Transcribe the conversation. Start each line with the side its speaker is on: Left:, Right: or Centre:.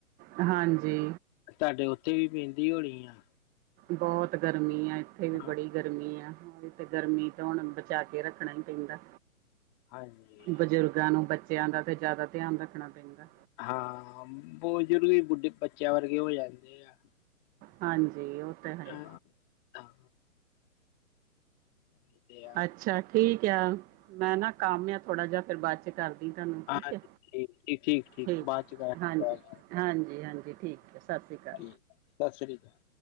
Right: ਹਾਂਜੀ।
Left: ਤਾਡੇ ਓਥੇ ਵੀ ਪੈਂਦੀ ਹੋਣੀ ਆ।
Right: ਬੋਤ ਗਰਮੀ ਆ ਏਥੇ ਵੀ
Left: ਹਾਂ
Right: ਬੜੀ ਗਰਮੀ ਆ ਓ ਤੇ ਗਰਮੀ ਤੋ ਹੁਣ ਬਚਾ ਕੇ ਰੱਖਣਾ ਈ ਪੈਂਦਾ।
Left: ਹਾਂਜੀ।
Right: ਬਜ਼ੁਰਗਾਂ ਨੂੰ ਬੱਚਿਆਂ ਦਾ ਤੇ ਜ਼ਾਦਾ ਧਿਆਨ ਰੱਖਣਾ ਪੈਂਦਾ।
Left: ਹਾਂ, ਬੋ ਜ਼ੁਰਗ ਵੀ ਬੁੱਢੇ ਬੱਚਿਆਂ ਵਰਗੇ ਹੋ ਜਾਂਦੇ ਆ।
Right: ਹਾਂਜੀ ਓ ਤਾਂ ਹੈ।
Left: ਹਾਂ ਹਾਂ ਇਹ ਤੇ ਆ।
Right: ਅੱਛਾ, ਠੀਕ ਆ, ਮੈਂ ਨਾ ਕੰਮ ਆ ਥੋੜਾ ਜਿਆ ਫੇਰ ਬਾਦ 'ਚ ਕਰਦ ਦੀ ਤਾਨੂੰ
Left: ਹਾਂ
Right: ਠੀਕ ਏ,
Left: ਠੀਕ
Right: ਠੀਕ,
Left: ਬਾਅਦ ਚ ਕਰਾਂਗੇ
Right: ਹਾਂਜੀ।
Left: ਕਾਲ
Right: ਹਾਂਜੀ, ਹਾਂਜੀ ਠੀਕ ਏ, ਸਾਸਰੀ ਕਾਲ।
Left: ਠੀਕ, ਸਾਸੜੀ ਕਾਲ।